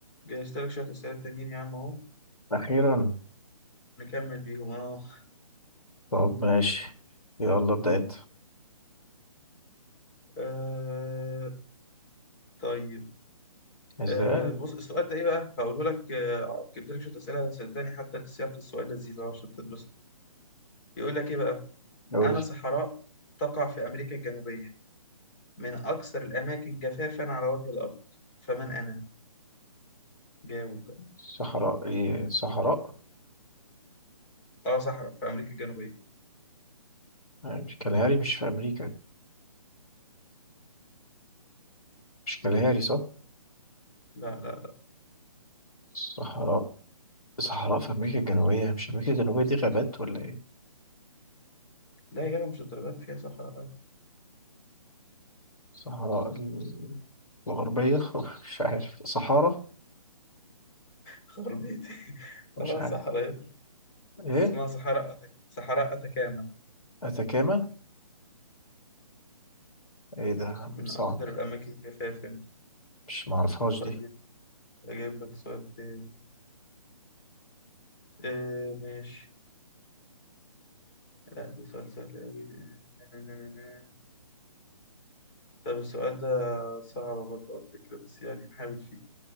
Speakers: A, on the left (about 30°); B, on the left (about 80°).
A: جهزت لك شوية أسئلة تانيين يا عم أهو
B: أخيرا
A: نكمل بيهم أه
B: طب ماشي يلا ابدأ أنت
A: آه، طيب
B: إزاي
A: آه بص السؤال ده إيه بقى؟ هقوله لك آه جبت لك شوية أسئلة صدقني حتى سياق السؤال لذيذ أهو عشان تتبسط يقول لك إيه بقى؟
B: نقول
A: أنا صحراء تقع في أمريكا الجنوبية من أكثر الأماكن جفافا على وجه الأرض فمن أنا؟ جاوب بقى
B: صحراء إيه صحراء
A: أه صحراء في أمريكا الجنوبية
B: آه، مش كالهاري مش في أمريكا مش كالهاري صح
A: لا لا لا
B: صحراء صحراء في أمريكا الجنوبية مش أمريكا الجنوبية دي غابات ولا إيه
A: لا يا جدع مش الدرجة دي فيها صحراء عادي.
B: صحراء ال- الغربية <laughs> مش عارف صحارى
A: خربيتي <laughs>
B: مش
A: أه
B: عارف
A: صحراء يا ابني.
B: إيه
A: اسمها صحراء أتك صحراء أتكاما
B: أتاكاما إيه ده يا عم؟
A: من
B: صعب
A: أكثر الأماكن جفافا
B: مش معرفهاش
A: طيب
B: دي
A: أجيب لك سؤال تاني آه ماشي لا ده سؤال سهل أوي آه، نا- نا- نا- نا. طب السؤال ده صعب برضه على فكرة بس يعني نحاول فيه